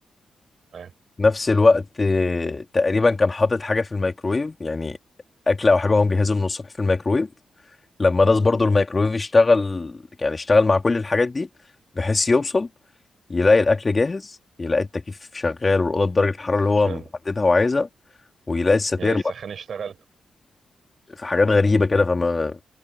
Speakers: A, on the right (about 70°); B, on the left (about 30°).
A: تمام
B: نفس الوقت آه، تقريبا كان حاطط حاجة في الميكرويف يعني أكلة أو حاجة هو مجهزه من الصبح في الميكرويف لما داس برضو الميكرويف اشتغل يعني اشتغل مع كل الحاجات دي بحيث يوصل يلاقي الأكل جاهز يلاقي التكييف شغال والأوضة بدرجة الحرارة اللي هو
A: تمام.
B: محددها وعايزها ويلاقي الستاير
A: يلاقي السخان
B: بقى
A: اشتغل
B: في حاجات غريبة كده فما